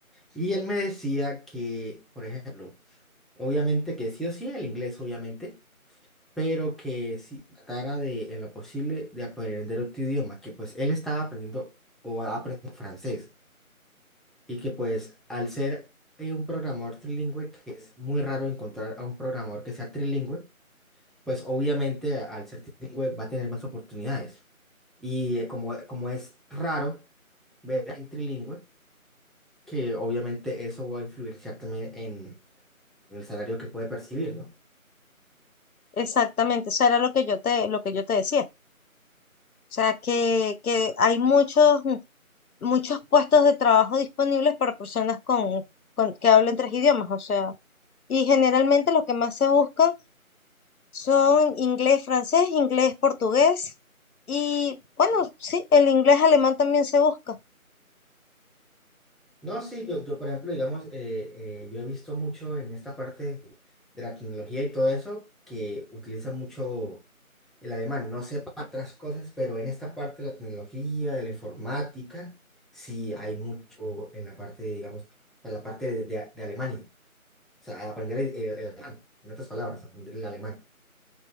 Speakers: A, in the centre; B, on the left.
A: Y él me decía que, por ejemplo, obviamente que sí o sí el inglés, obviamente, pero que si tratara de, en lo posible, de aprender otro idioma, que pues él estaba aprendiendo o aprendiendo francés. Y que pues al ser eh, un programador trilingüe, que es muy raro encontrar a un programador que sea trilingüe, pues obviamente a- al ser trilingüe va a tener más oportunidades. Y eh, como, eh, como es raro ver en trilingüe, que obviamente eso va a influenciar también en, en el salario que puede percibir, ¿no?
B: Exactamente, eso era lo que yo te, lo que yo te decía. O sea, que, que hay muchos, muchos puestos de trabajo disponibles para personas con, con- que hablen tres idiomas. O sea, y generalmente lo que más se buscan son inglés, francés, inglés, portugués. Y bueno, sí, el inglés alemán también se busca.
A: No, sí, yo, yo por ejemplo, digamos, eh, eh, yo he visto mucho en esta parte de la tecnología y todo eso, que utilizan mucho el alemán. No sé para otras cosas, pero en esta parte de la tecnología, de la informática, sí hay mucho en la parte, digamos, para la parte de, de de Alemania. O sea, aprender el, el- el alemán, en otras palabras, aprender el alemán.